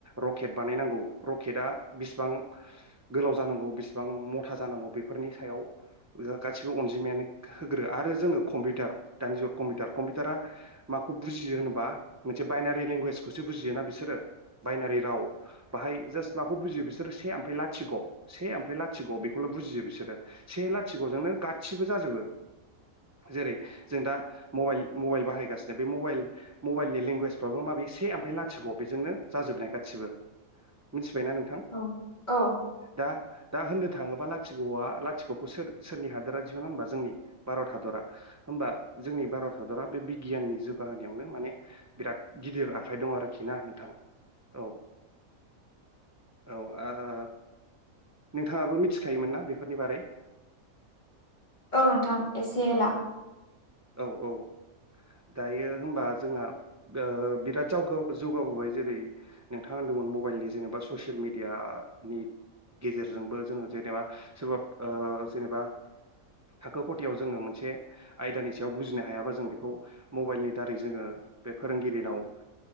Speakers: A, on the right (about 25°); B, on the left (about 30°).
A: रकेट बानायनांगौ रकटा बिसिबां गोलाव जानांगौ बेसिबां मथा जानांगौ बेफोरनि सायाव ओ गासि बो अनजिमायानो होग्रो आरो जोङो कम्पिउटार दानि जुगाव कम्पिउटार कम्पिउटारा माखौ बुजियो होनोबा मोनसे बायनारि लेंगुवेजखौसो बुजियोना बिसोरो बायनारि राव बाहाय जास्ट बुजियो बिसोरो से लाथिख' से ओमफ्राय लाथिख' बेखौल' बुजियो बिसोरो से लाथिख'जोंनो गासिबो जाजोबो जेरै जों दा मबाइल मबाइल बाहायगासिनो बे मबाइल मबाइलनि लेंगुवेजफ्राबो माबे से ओमफ्राय लाथिख बेजोंनो जाजोबनाय गासिबो मिथिबायना नों नोंथां
B: औ औ
A: दा दा होननो थाङोब्ला लाथिख'खौ सोर सोरनि हा हादरा दिहुना होनबा जों भारत हादरा होमबा जोंनि भारत हादरा बे बिगियाननि जौगाहोनायावनो माने बिराद गिदिर आखाइ दं आरोखि ना नोंथां औ औ आ नोंथाङाबो मिथिखायोमोन ना बेफोरनि बारै
B: औ नोंथां एसे एला
A: औ औ दायो हबा जोंना बिराद ओ जाव जौगाबोबाय जेरै नोंथाङा होनदोंमोन मबाइलनि जेनेबा ससियेल मिडिया नि गेजेरजोंबो जोङो जेनेबा सोरबा ओ जेनेबा थाखो खथायाव जोङो मोनसे आयदानि सायाव बुजिनो हायाबा जों बेखौ मबाइलनि दारै जोङो बे फोरोंगिरिनाव